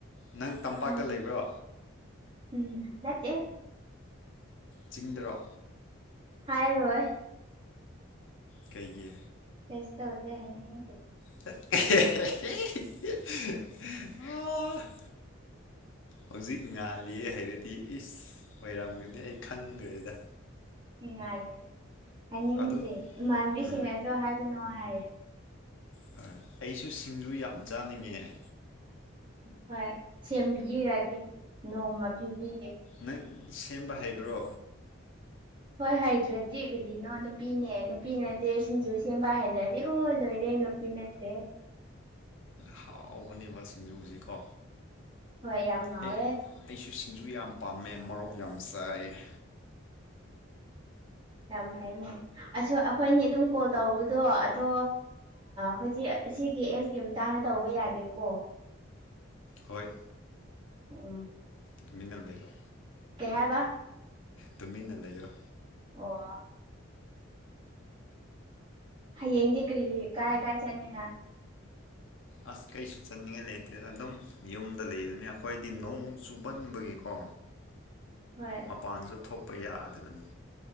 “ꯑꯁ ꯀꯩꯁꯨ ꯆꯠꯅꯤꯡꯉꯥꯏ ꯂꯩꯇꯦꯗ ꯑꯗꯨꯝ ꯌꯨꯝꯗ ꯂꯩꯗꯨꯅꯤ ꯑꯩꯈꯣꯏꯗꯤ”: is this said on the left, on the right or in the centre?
Left